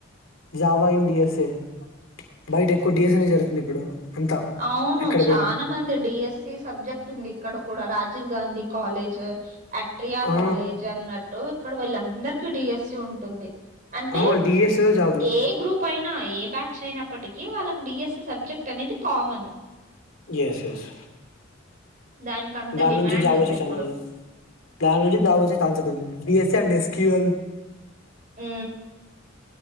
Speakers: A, on the left; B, on the right.
A: జావాయిన్ డిఎస్ఏ బయట ఎక్కువ డిఎస్ఏ జరుతుంది ఇప్పుడు అంతా
B: అవును
A: ఎక్కడ
B: చాలా
A: పోయినా.
B: మంది డిఎస్సి సబ్జెక్ట్ ఉంది ఇక్కడ కూడా రాజ రాజీవ్ గాంధీ కాలేజ్ అట్రియా
A: ఆ!
B: కాలేజ్ అన్నట్టు ఇక్కడ వీళ్ళందరికీ డిఎస్ మ ఉంటుంది అంటే
A: ఆ! డిఎస్ఏలో జాబ్‌లు.
B: ఏ గ్రూప్ అయినా ఏ బ్యాచ్ అయినప్పటికి వాళ్ళకి డిఎస్సి సబ్జెక్ట్ అనేది కామన్
A: ఎస్ ఎస్
B: దానికి అంత
A: దా
B: డిమాండ్
A: నుంచి జాబు
B: ఉంది
A: వచ్చే
B: ఇప్పుడు
A: <unintelligible> దాన్ నుంచి జాబ్ వచ్చే <unintelligible> పీస్ అండ్ ఎస్ క్ ల్
B: మ్